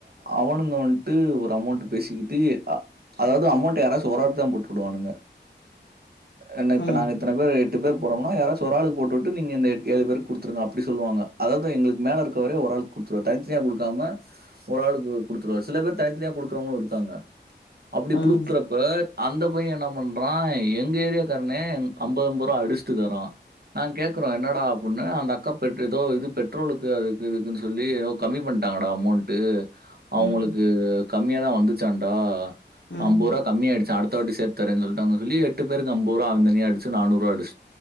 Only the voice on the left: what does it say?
ஆமா
ஆமா
ம்
ம்